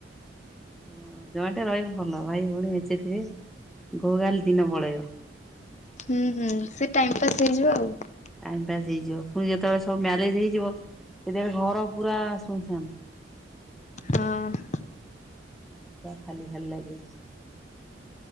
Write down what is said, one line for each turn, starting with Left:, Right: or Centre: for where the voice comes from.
Centre: ଓ ଜଏଣ୍ଟେ ରହିବୁ ଭଲ ଭାଇ ଭଉଣୀ ମେନ୍ଚେ ଥିବେ ଘୋ ଘା ଲେ ଦିନ ପଳେଇବ ।
Left: ହୁଁ ହୁଁ ସେ ଟାଇମ ପାସ୍ ହେଇଯିବ ଆଉ ।
Centre: ଟାଇମ୍ ପାସ ହେଇଯିବ ପୁଣି ଯେତେ ବେଳେ ସବୁ ମ୍ୟାରେଜ ହେଇଯିବ ସେତେ ବେଳେ ଘର ପୁରା ଶୁନ ସାନ।
Left: ହଁ ।
Centre: ଘର ପୁରା ଖାଲି ଖାଲି ଲାଗିବ ।